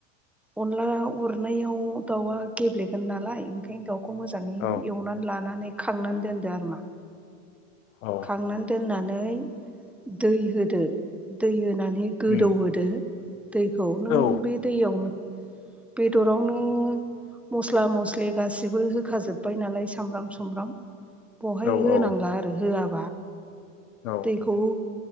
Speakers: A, in the centre; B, on the left.
A: अनदला उरनायाव दाउआ गेब्लेगोन नालाय ओंखायनो दाउ खौ मोजाङै
B: औ
A: एवनानै लानानै खांनानै दोनदो आरोमा
B: औ
A: खांनानै दोननानै दै होदो दै होदो होननानै गोदौहोदो
B: उम
A: दैखौ नों
B: औ
A: बे दैयावनो बेदरावनो मस्ला मस्लि गासिबो होखा जोबबाय नालाय सामब्राम सुमब्राम बहाय
B: औ
A: होनांला आरो होआ
B: औ
A: दैखौ